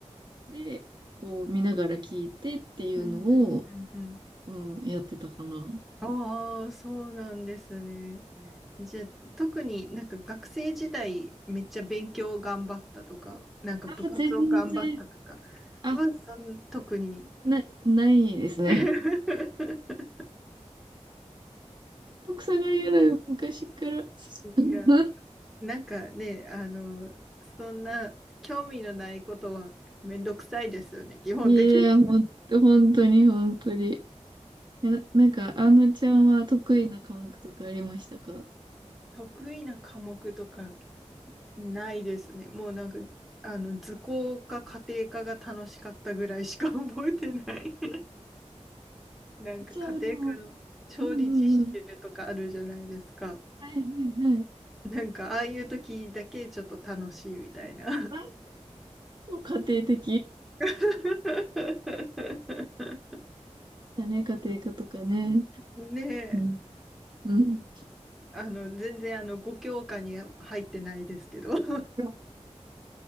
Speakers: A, on the right (about 40°); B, in the centre.
A: で、こう見ながら聞いてっていうのを、
B: うんうんうんうん。
A: うん、やってたかな。
B: ああ、そうなんですね。
A: うん
B: じゃあ、特になんか学生時代めっちゃ勉強頑張ったとか、なんか部活を頑張ったとか
A: あ、全然、あ、
B: は、そん、特に。
A: な、ないですね。
B: <laughs>
A: とくさがりやる昔から。<laughs>
B: いや、なんかね、あの、そんな興味のないことはめんどくさいですよね、基本的
A: いやいや、ほんと、本当に、本当に。えな、なんか、あのちゃんは得意な科目とかありましたか
B: 得意な科目とかないですね。もうなんか、あの、図工か家庭科が楽しかったぐらいしか覚えてない。<laughs> なんか家庭科の調理実習とかあるじゃないですか。
A: じゃあ、あの、うんうんうん。はいはいはい。
B: なんか、ああいう時だけちょっと楽しいみたいな。
A: あ、超家庭的。
B: <laughs>
A: だね、家庭科とかね。
B: ねえ、
A: うん。うん。
B: あの、全然あの、ご教科に入ってないですけど。<laughs> い
A: <laughs>